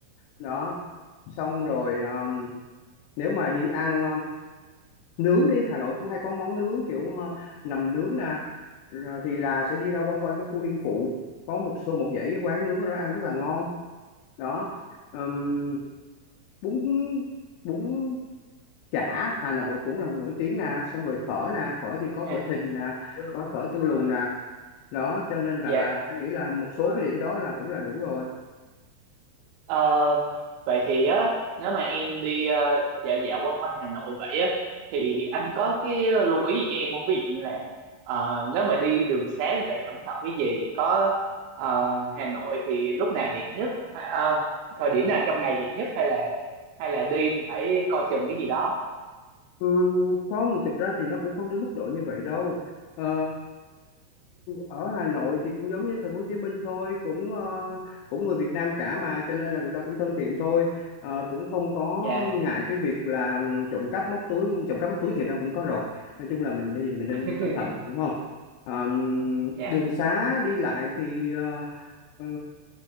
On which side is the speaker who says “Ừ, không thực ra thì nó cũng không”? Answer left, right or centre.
Left